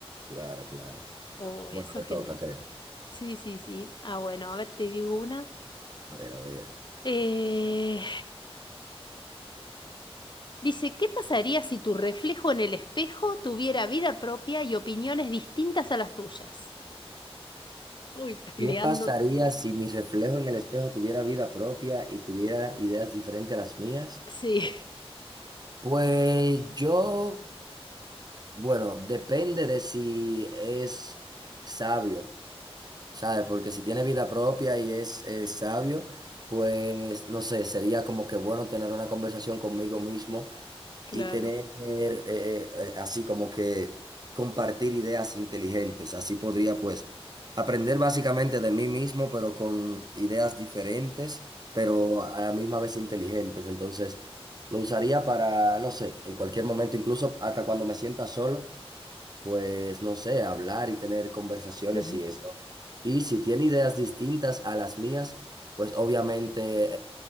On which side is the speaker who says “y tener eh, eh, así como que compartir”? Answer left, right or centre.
Right